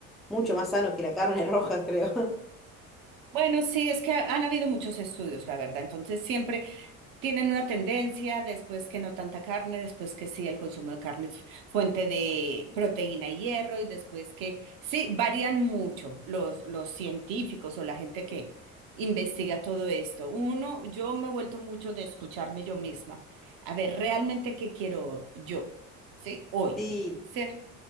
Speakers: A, in the centre; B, on the right.
A: mucho más sano que la carne <laughs> roja, creo.
B: Bueno, sí, es que han habido muchos estudios, la verdad. Entonces, siempre, tienen una tendencia, después que no tanta carne, después que sí, el consumo de carne es fuente de proteína y hierro, y después que sí, varían mucho los, los científicos o la gente que investiga todo esto. Uno, yo me he vuelto mucho de escucharme yo misma, a ver realmente qué quiero yo, ¿sí? Hoy,
A: Sí,
B: ¿sí?